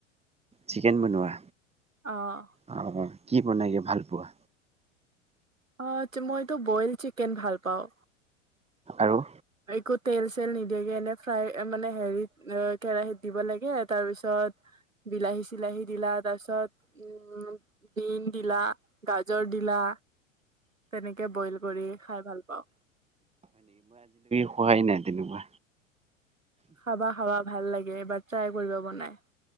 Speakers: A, on the right; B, on the right.
A: চিকেন বনোৱা
B: আহ
A: অ কি বনাইগে ভাল পোৱা
B: অ মইতো বইল চিকেন ভাল পাওঁ
A: আৰু
B: একো তেল চেল নিদিয়াকে এনে ফ্ৰাই মানে হেৰিত কেৰাহিত দিব লাগে তাৰপিছত বিলাহী চিলাহী দিলা তা-ছত উম বিন দিলা গাজৰ দিলা তেনেকে বইল কৰি খাই ভাল পাওঁ
A: সহায় নাই যেনিবা
B: খাবা খাবা ভাল লাগে এইবাৰ ট্ৰাই কৰিব বনাই